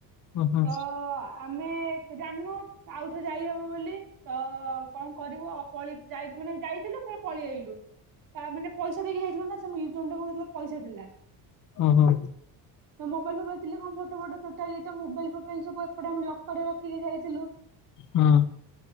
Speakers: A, on the left; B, on the right.
A: ହଁ ହଁ।
B: ତ ଆମେ ଜାଣିନୁ ଆଉଥରେ ଯାଇ ହ ବୋଲି ତ କଣ କରିବୁ ପଳି ଯା ମାନେ ଯାଇଥିଲୁ ପୁଣି ପଳିଆଇଲୁ। ତା ମାନେ ପଇସା ଦେଇକି ଯାଇଥିଲୁ ନା ସେ ମ୍ୟୁଜିୟମ ଟା ହେଇଥିଲା ପଇସା ଥିଲା।
A: ହୁଁ ହୁଁ।
B: ତ ମୋବାଇଲ୍ ଫୋବାଇଲ୍ ଥିଲେ କଣ ଫଟୋ ଫଟୋ ଟୋଟାଲି ମୋବାଇଲ ଫୋବାଇଲ୍ ସବୁ ଏପଟେ ଆମ ଲକରରେ ରଖିକି ଯାଇଥିଲୁ।
A: ହୁଁ।